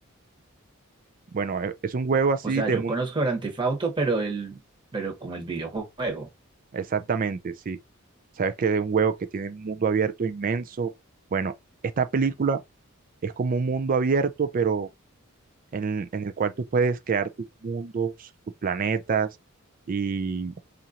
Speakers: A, on the right (about 40°); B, on the right (about 20°).
A: Bueno, e- es un juego así
B: O sea,
A: de
B: yo
A: mundo.
B: conozco Grand Theft Auto, pero el, pero como el videojuego.
A: Exactamente, sí. Sabes que es un juego que tiene un mundo abierto inmenso. Bueno, esta película es como un mundo abierto, pero en, en el cual tú puedes crear tus mundos, tus planetas y